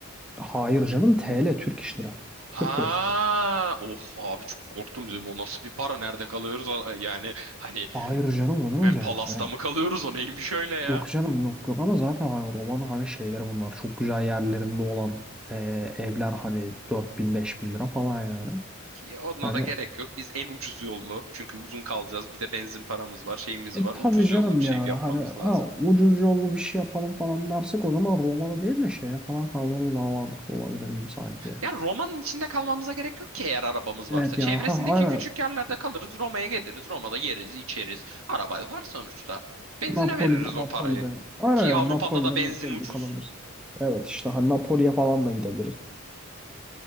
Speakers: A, in the centre; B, on the right (about 75°).
A: Hayır canım TL Türk iş lira.
B: Ha,
A: Türk lirası.
B: oh abi çok korktum dedim o nasıl bir para nerede kalıyoruz A- yani hani
A: Hayır canım onu
B: ben
A: öyle.
B: Palas'ta
A: Hani
B: mı kalıyoruz o neymiş öyle ya?
A: Yok canım yok yok ama zaten hani roman hani şeyleri bunlar çok güzel yerlerinde olan e, evler hani 4000 bin lira falan yani.
B: Ki ona
A: Hani
B: da gerek yok. Biz en ucuz yollu çünkü uzun kalacağız. Bir de benzin paramız var, şeyimiz
A: e,
B: var.
A: tabii
B: Ucuz
A: canım
B: yollu bir şey
A: yani
B: yapmamız
A: hani ha,
B: lazım.
A: ucuz yollu bir şey yapalım falan dersek o zaman romanı değil de şeye falan kaldırırız daha mantıklı olabilir gibi sanki.
B: Ya Roma'nın içinde kalmamıza gerek yok ki eğer arabamız varsa.
A: Evet
B: Çevresindeki
A: ya ha aynen
B: küçük yerlerde kalırız, Roma'ya geliriz, Roma'da yeriz, içeriz. Araba var sonuçta. Benzine
A: Napoli'de
B: veririz o
A: Napoli'de
B: parayı.
A: aynen
B: Ki
A: ya
B: Avrupa'da
A: Napoli'de
B: da benzin
A: Napoli'de
B: ucuz.
A: kalırız. Evet işte hani Napoli'ye falan da gidebiliriz.